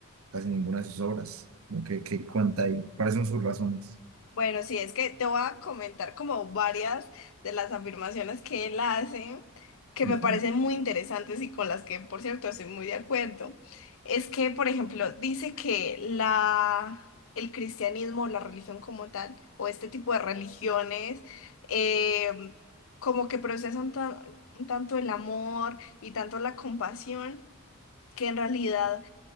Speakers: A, on the right; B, on the left.
A: casi ninguna de sus obras. Lo que, que cuenta ahí, cuáles son sus razones.
B: Bueno, sí, es que te voy a comentar como varias de las afirmaciones que él hace, que
A: Me
B: me
A: parece.
B: parecen muy interesantes y con las que, por cierto, estoy muy de acuerdo. Es que, por ejemplo, dice que la, el cristianismo, la religión como tal, o este tipo de religiones, eh, como que procesan tan- tanto el amor y tanto la compasión, que en realidad